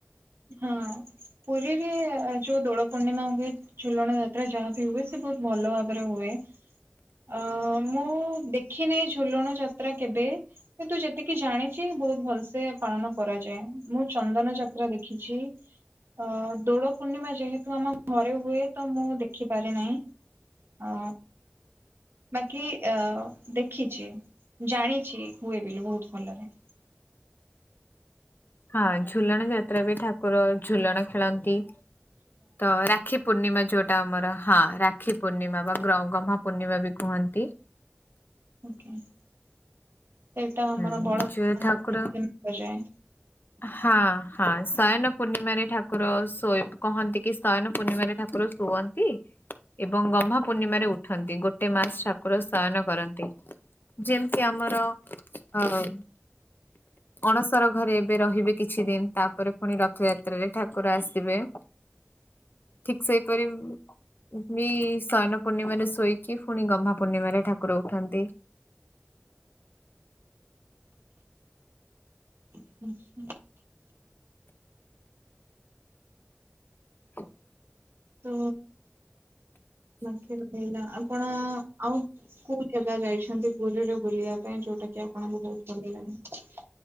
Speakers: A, on the right; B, on the left.
A: ହଁ ପୁରୀରେ ଯୋଉ ଦୋଳ ପୂର୍ଣ୍ଣିମା ହୁଏ ଝୁଲଣ ଯାତ୍ରା ଯାହାବି ହୁଏ ସେ ବହୁତ ଭଲ ଭାବରେ ହୁଏ ଅ ମୁଁ ଦେଖିନାହିଁ ଝୁଲଣ ଯାତ୍ରା କେବେ କି ତୁ ଯେତିକି ଜାଣିଚ ବହୁତ ଭଲସ ପାଳନ କରାଯାଏ ମୁଁ ଚନ୍ଦନ ଯାତ୍ରା ଦେଖ ଦେଖିଛି ଅ ଦୋଳ ପୂର୍ଣ୍ଣିମା ଯେହେତୁ ଆମ ଘରେ ହୁଏ ତ ମୁଁ ଦେଖିପାରି ନାହିଁ ହଁ ବାକି ଅ ଦେଖିଛି ଜାଣିଛି ହୁଏ ବୋଲି ବହୁତ ଭଲରେ
B: ହଁ ଝୁଲଣ ଯାତ୍ରା ବି ଠାକୁର ଝୁଲଣ ଖେଳନ୍ତି ତ ରାକ୍ଷୀ ପୂର୍ଣ୍ଣିମା ଯୋଉଟ ଟା ଆମର ହଁ ରାକ୍ଷୀ ପୂର୍ଣ୍ଣିମା ବା ଗ ଗହମା ପୂର୍ଣ୍ଣିମା ବି କୁହନ୍ତି
A: ସେଇଟା ଆମର
B: ହୁଁ
A: ବାଏ
B: ଯୋଉ ଠାକୁର ହଁ ହଁ ଶୟନ ପୂର୍ଣ୍ଣିମାରେ ଠାକୁର ଶୋଇ କହନ୍ତି କି ଶୟନ ପୂର୍ଣ୍ଣିମାରେ ଠାକୁର ଶୁଅନ୍ତି
A: <inaudible>
B: ଏବଂ ଗମହା ପୂର୍ଣ୍ଣିମାରେ ଉଠନ୍ତି ଗୋଟେ ମାସ ଠାକୁର ଶୟନ କରନ୍ତି ଯେମତି ଆମର ଅ ଅଣସର ଘରେ ଏବେ ରହିବେ କିଛି ଦିନ ତାପରେ ପୁଣି ରଥଯାତ୍ରାରେ ଠାକୁର ଆସିବେ ଠିକ୍ ସେଇପରି ବି ସୟନ ପୂର୍ଣ୍ଣିମାମାରେ ଶୋଇକି ପୁଣି ଗମହା ପୂର୍ଣ୍ଣିମାରେ ଠାକୁର ଉଠନ୍ତି
A: ହୁଁ ହ
B: <inaudible>
A: ତ ବାକିିଲ ଆପଣ ଆଉ କୋଉ ଜାଗା ଯାଇଛନ୍ତି ପୁରୀରେ ବୁଲିବା ପାଇଁ ଯୋଉଟା ଆପଣଙ୍କୁ ବହୁତ ଭଲ ଲାଗେ